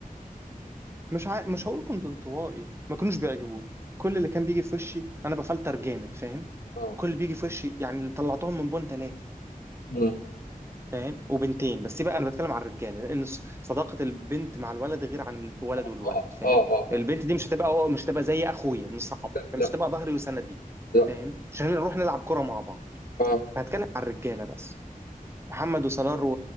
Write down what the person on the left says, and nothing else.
اه
مم.
اه
اه اه
آه. آه.
لا
لا
اه